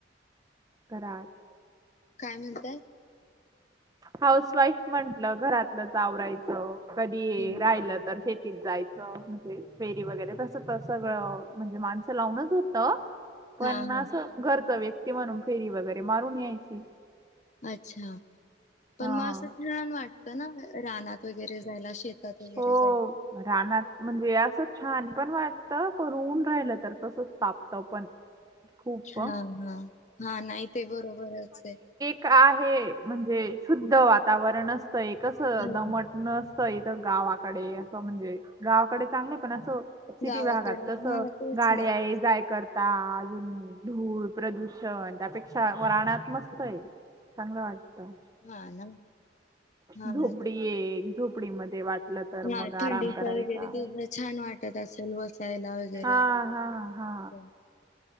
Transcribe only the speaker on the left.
काय म्हणताय?
हम्म.
हा हा
अच्छा! पण
म असं छान वाटतं ना रानात वगैरे जायला. शेतात वगैरे
जायला.
हा हा हा नाही ते बरोबरचहे.
ह
गावाकडे
हा तेच
ना
हा ना. हा
ना,
हा
थंडीच
वगैरे दिवसा छान वाटत त्यात असं बसायला वगैरे
मस्त.